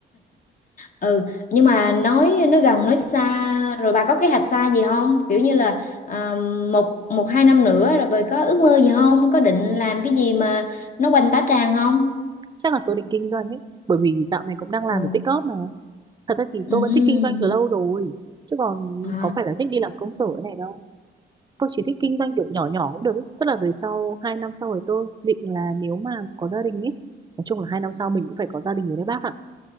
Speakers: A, on the left (about 40°); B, on the right (about 20°).
A: ừ nhưng mà nói nói gần nói xa rồi bà có kế hoạch xa gì không kiểu như là à, một một hai năm nữa rồi bà có ước mơ gì không có định làm cái gì mà nó quanh tá tràng không
B: chắc là tôi định kinh doanh ấy bởi vì dạo này cũng đang làm
A: ừ
B: để tích góp mà thật ra thì
A: ừ
B: tôi vẫn thích kinh doanh từ lâu rồi chứ còn
A: à
B: có phải là thích đi làm công sở này đâu tôi chỉ thích kinh doanh kiểu nhỏ nhỏ cũng được ấy. tức là về sau hai năm sau rồi tôi định là nếu mà có gia đình ấy nói chung là hai năm sau mình cũng phải có gia đình rồi đấy bác ạ